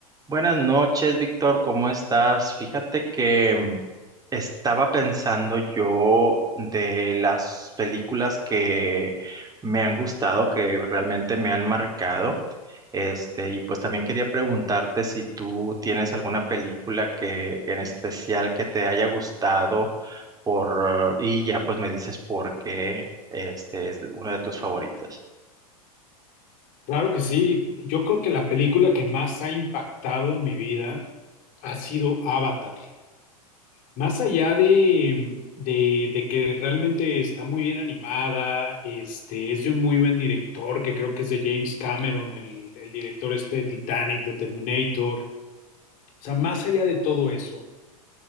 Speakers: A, on the right; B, on the left.
A: Buenas noches, Víctor, ¿cómo estás? Fíjate que mm, estaba pensando yo de las películas que me han gustado, que realmente me han marcado. Este, y pues también quería preguntarte si tú tienes alguna película que, que en especial que te haya gustado por, y ya pues me dices por qué este es una de tus favoritas.
B: Claro que sí. Yo creo que la película que más ha impactado en mi vida ha sido Avatar. Más allá de, de- de que realmente está muy bien animada, este, es de un muy buen director, que creo que es de James Cameron, el, el director este de Titanic, de Terminator. O sea, más allá de todo eso,